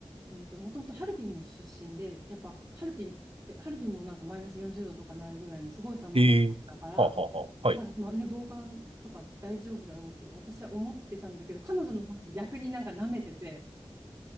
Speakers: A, on the right (about 25°); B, on the right (about 65°).
A: うんと、もともとハルビンの出身で、やっぱハルビンって、ハルビンもなんかマイナス40度とかなるぐらいのすごい寒いところだから、
B: ええ、はあ、はあ、はあ、
A: だから、
B: はい。
A: まあね、防寒とか大丈夫だろうって私は思ってたんだけど、彼女の方が逆になんか舐めてて、